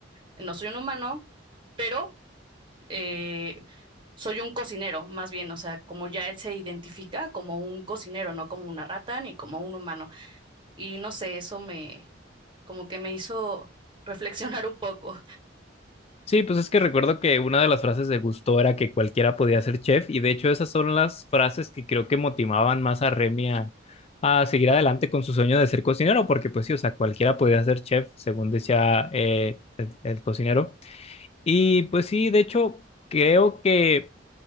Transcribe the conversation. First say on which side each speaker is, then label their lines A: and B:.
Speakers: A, on the right; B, on the left.
A: no soy un humano, pero eh, soy un cocinero, más bien, o sea, como ya él se identifica como un cocinero, no como una rata ni como un humano. Y no sé, eso me, como que me hizo reflexionar un poco.
B: Sí, pues es que recuerdo que una de las frases de Gusto era que cualquiera podía ser chef y de hecho esas son las frases que creo que motivaban más a Remy a, a seguir adelante con su sueño de ser cocinero, porque pues sí, o sea, cualquiera podía ser chef, según decía eh, el, el cocinero. Y pues sí, de hecho, creo que